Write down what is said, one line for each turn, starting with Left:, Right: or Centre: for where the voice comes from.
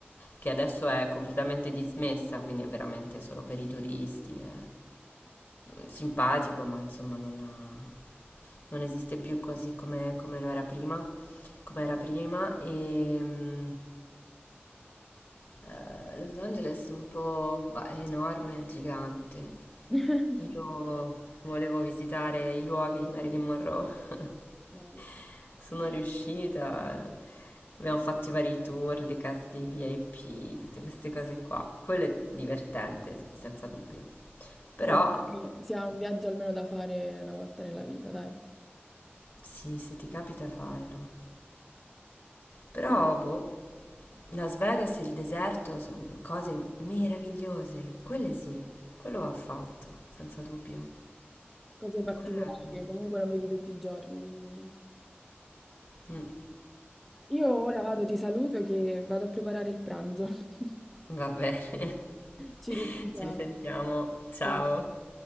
Left: che adesso è completamente dismessa, quindi è veramente solo per i turisti. è- Simpatico, ma insomma non ha non esiste più così come, come lo era prima, come era prima e mm, eh, Los Angeles è un po', bah, è enorme, gigante.
Centre: <laughs>
Left: Io volevo visitare i luoghi di Marilyn Monroe,
Centre: Bello.
Left: <laughs> sono riuscita. eh. Abbiamo fatto i vari tour, le case dei VIP, tutte queste cose qua. Quello è divertente, senza dubbio.
Centre: Vabbè,
Left: Però,
Centre: perché si ha un viaggio almeno da fare una volta nella vita, dai.
Left: sì, se ti capita fallo. Però,
Centre: Io-
Left: boh, Las Vegas e il deserto sono cose meravigliose. Quelle sì, quello va fatto, senza dubbio.
Centre: Cose particolari
Left: Quello è...
Centre: che comunque non vedi tutti i giorni, quindi...
Left: Mm,
Centre: Io ora vado, ti saluto che vado a preparare il pranzo. <laughs>
Left: va bene. <laughs>
Centre: Ci risentiamo.
Left: Ci risentiamo. Ciao.
Centre: Ciao.